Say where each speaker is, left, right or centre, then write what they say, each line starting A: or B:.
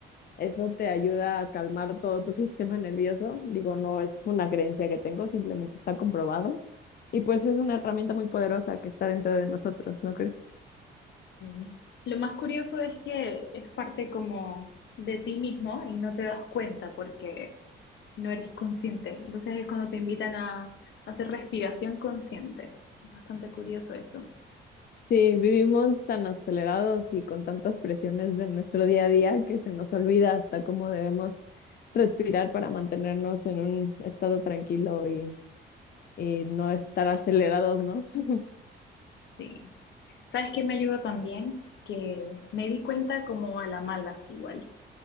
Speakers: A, on the left; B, on the left.
A: Eso te ayuda a calmar todo tu <laughs> sistema nervioso. Digo, no es una creencia que tengo, simplemente está comprobado. Y pues es una herramienta muy poderosa que está dentro de nosotros, ¿no crees?
B: Sí. Lo más curioso es que es parte como de ti mismo y no te das cuenta porque... no eres consciente. Entonces es cuando te invitan a hacer respiración consciente. Es bastante curioso eso.
A: Sí, vivimos tan acelerados y con tantas presiones de nuestro día a día que se nos olvida hasta cómo debemos respirar para mantenernos en un estado tranquilo y, y no estar acelerados, ¿no? <laughs>
B: Sí. ¿Sabes qué me ayudó también? Que me di cuenta como a la mala, igual.